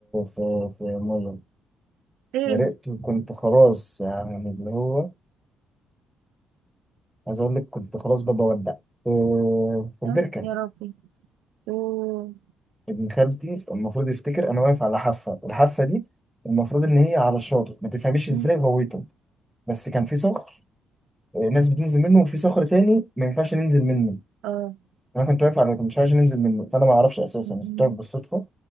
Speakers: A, in the centre; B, on the right.
A: في في ميه
B: فين
A: غرقت وكنت خلاص يعني اللي هو عايز اقول لك كنت خلاص ببقى بودع في في البركه
B: يا يا ربي أوه.
A: ابن خالتي المفروض يفتكر انا واقف على حافه الحافه دي المفروض ان هي على الشاطئ ما تفهميش ازاي
B: أم.
A: غويته بس كان في صخر آه، ناس بتنزل منه وفي صخر تاني ما ينفعش ننزل منه
B: اه
A: انا كنت واقف على مش عايز ننزل منه فانا ما اعرفش اساسا
B: أم.
A: أنا كنت واقف بالصدفه